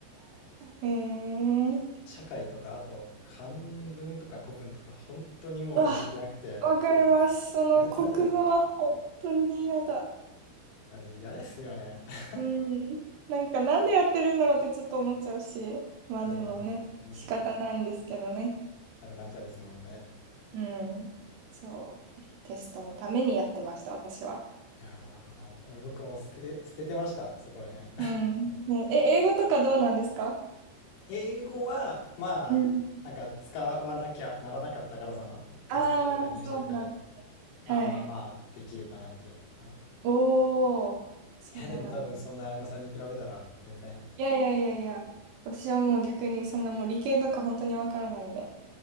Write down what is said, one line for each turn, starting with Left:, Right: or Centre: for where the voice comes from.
Right: えー
Left: 社会とかあと漢文とか古文とか本当にもうやる気なくて、
Right: うわ、わかります。その国語は本当に嫌だ。
Left: マジ、マジです。あれ嫌ですよね。<laughs>
Right: うん。なんかなんでやってるんだろうってちょっと思っちゃうし、まあでもね、
Left: もう本当に
Right: 仕方ないんですけどね。
Left: やらなきゃですもんね。
Right: うん。そう。テストのためにやってました、私は。
Left: いやー、僕も捨てて、捨ててました、そこら辺。<laughs>
Right: うん。ね、え、英語とかどうなんですか
Left: 英語は、まあ、
Right: うん。
Left: なんか使わなきゃならなかったから、そのテストというか入試というかで、
Right: ああー、そうなん。
Left: まあまあまあ、
Right: はい。
Left: できるかなっていう。はい。い
Right: おー、そうなんだ。
Left: や、でも多分そんな綾野さんに比べたら、全然
Right: いやいやいやいや。私はもう逆にそんなもう理系とか本当にわからないんで。